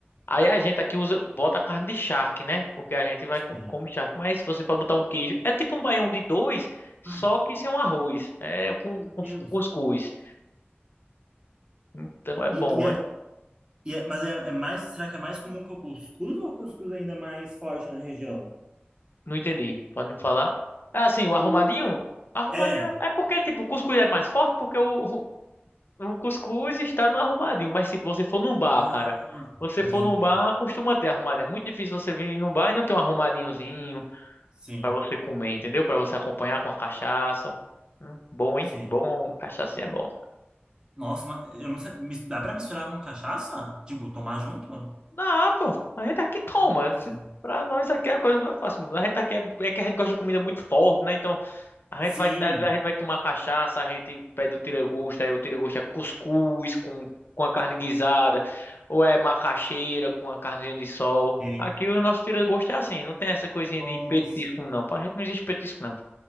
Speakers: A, on the left; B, on the right.
A: Aí a gente aqui usa, bota carne de charque, né? Porque a gente vai
B: Sim.
A: com, come charque. Mas você pode botar um queijo. É tipo um baião de dois, só
B: Ah,
A: que sem um arroz. É com,
B: Meu Deus.
A: com, com cuscuz. Então é bom,
B: E, e é,
A: hein?
B: e é- mas é, é mais. Será que é mais comum que o cuscuz ou o cuscuz é ainda mais forte na região?
A: Não entendi. Pode me falar? Ah, sim, o arrumadinho?
B: O,
A: Arrumadinho
B: é.
A: é é porque, tipo, o cuscuz é mais forte porque o, o o cuscuz está no arrumadinho. Mas se você for num bar,
B: Ah,
A: cara, você
B: entendi.
A: for num bar, costuma ter arrumadinho. É muito difícil você vir num bar e não ter um arrumadinhozinho.
B: Sim,
A: Pra você comer, entendeu? Pra você acompanhar com a cachaça. Hum, bom,
B: sim.
A: hein? Bom, cachaça é bom.
B: Nossa, mas eu não sei. mis- Dá pra misturar com cachaça? Digo, tomar junto?
A: Ah, pô, a gente aqui toma.
B: Nossa.
A: <laughs> Pra nós aqui a coisa não é fácil. A gente aqui é, é que a gente gosta de comida muito forte, né? Então a
B: Sim.
A: gente vai, a gente vai tomar cachaça, a gente pede o tira-gosto, aí o tira-gosto é cuscuz com, com a carne guisada, ou é macaxeira com a carninha de sol.
B: Sim.
A: Aqui o nosso tira-gosto é assim, não tem essa coisinha
B: Nossa,
A: de petisco, não. Pra gente não existe petisco, não.